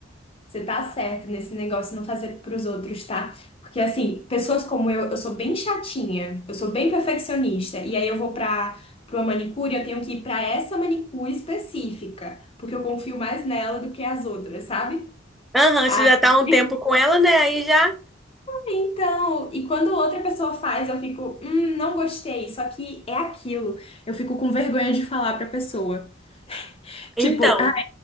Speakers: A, on the left; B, in the centre.
A: Você tá certa nesse negócio de não fazer pros outros, tá? Porque assim, pessoas como eu, eu sou bem chatinha, eu sou bem perfeccionista, e aí eu vou pra para uma manicure, eu tenho que ir pra essa manicure específica, porque eu confio mais nela do que as outras, sabe?
B: Aham,
A: Aí,
B: você já tá há
A: <laughs>
B: um tempo com ela, né? Aí já.
A: então, e quando outra pessoa faz, eu fico, hum, não gostei, só que é aquilo. Eu fico com vergonha de falar pra pessoa.
B: Então,
A: Tipo, ah,